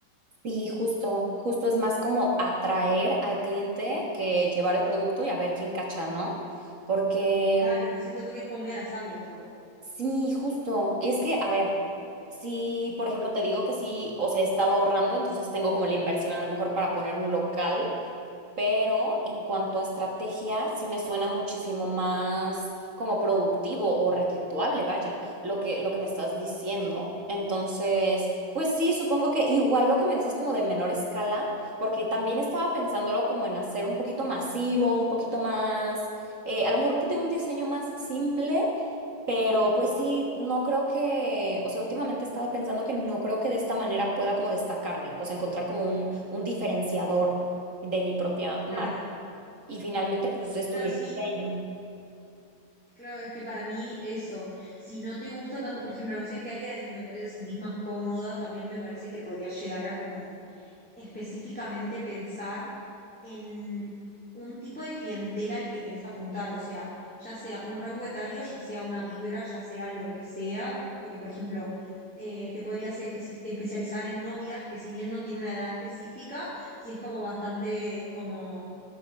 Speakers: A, on the right (about 45°); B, in the centre.
A: Sí, justo, justo es más como atraer al cliente que llevar el producto y a ver quién cacha, ¿no? Porque
B: Claro,
A: mm,
B: siento que es como muy al azar lo otro.
A: sí, justo, es que, a ver, si por ejemplo te digo que sí, o sea, he estado ahorrando, entonces tengo como la inversión a lo mejor para poner un local. Pero en cuanto a estrategia, sí me suena muchísimo más como productivo o redituable, vaya, lo que, lo que me estás diciendo. Entonces, pues sí, supongo que igual lo que me dices como de menor escala, porque también estaba pensándolo como en hacer un poquito masivo, un poquito más, eh, a lo mejor de un diseño más simple pero pues sí, no creo que, o sea, últimamente he estado pensando que no creo que de esta manera pueda como destacarme, o sea, encontrar como un, un diferenciador de mi propia marca.
B: Claro,
A: Y finalmente pues estudié
B: claro, sí,
A: diseño.
B: claro, es que para mí eso, si no te gusta tanto, por ejemplo, no sé en qué área de indumentaria te sentís más cómoda, también me parece que podría llegar a como específicamente pensar en un tipo de clientela al que querés apuntar, o sea, ya sea un rango etario, ya sea una vibra, ya sea lo que sea, porque por ejemplo, eh, te podrías espe- especializar en novias que si bien no tiene una edad específica, sí es como bastante como